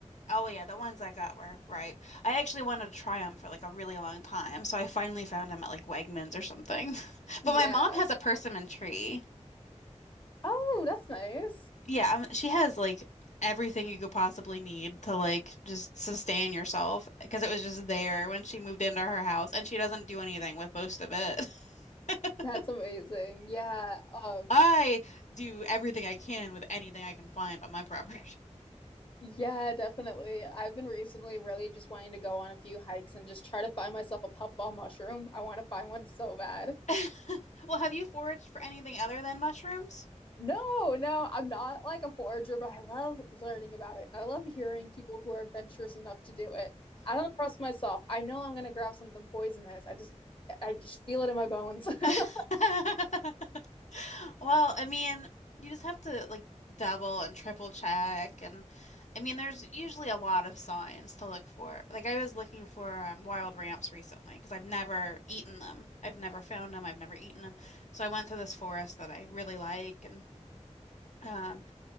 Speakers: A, on the left (about 75°); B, on the left (about 45°).
A: Oh yeah, the ones I got were ripe. I actually wanted to try them for like a really long time, so I finally found them at like Wegmans or something. <laughs>
B: Yeah.
A: But my mom has a persimmon tree.
B: Oh, that's nice.
A: Yeah, um, she has like everything you could possibly need to like just sustain yourself because it was just there when she moved into her house, and she doesn't do anything with most of it. <laughs>
B: That's amazing. Yeah. Um
A: I do everything I can with anything I can find on my property.
B: Yeah, definitely. I've been recently really just wanting to go on a few hikes and just try to find myself a puffball mushroom. I want to find one so bad.
A: <laughs> Well, have you foraged for anything other than mushrooms?
B: No, no, I'm not like a forager, but I love learning about it and I love hearing people who are adventurous enough to do it. I don't trust myself. I know I'm gonna grab something poisonous. I just I just feel it in my bones.
A: <laughs>
B: <laughs>
A: Well, I mean, you just have to like double and triple check and I mean there's usually a lot of signs to look for. Like I was looking for um, wild ramps recently because I've never eaten them. I've never found them. I've never eaten them. So I went to this forest that I really like and um